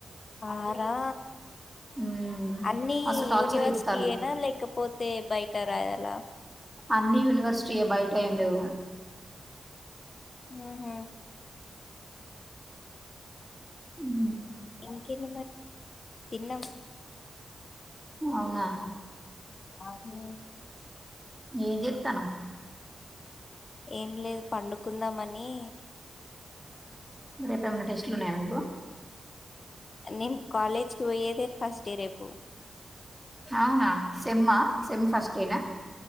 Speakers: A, on the left (about 50°); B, in the centre.
A: ఆ రా
B: ఉమ్,
A: అన్ని
B: మస్తు టార్చర్
A: యూనివర్సిటీయేన
B: చేత్తాళ్ళు
A: లేకపోతే బయట రాయలా
B: అన్ని యూనివర్సిటి ఏ బయట ఏం లేవు
A: హుహు
B: ఉ
A: ఇంకేంటి మరి తిన్నం
B: అవునా
A: అది
B: ఏం చెతానవు
A: ఏం లేదు పండుకుందామని నీ
B: రేపు ఏమైన్నా టెస్ట్లు ఉన్నాయా మీకు
A: నేను కాలేజ్కి పోయ్యేదే ఫస్ట్ డే రేపు
B: అవునా సేమ్మ సేమ్ ఫస్ట్ఏనా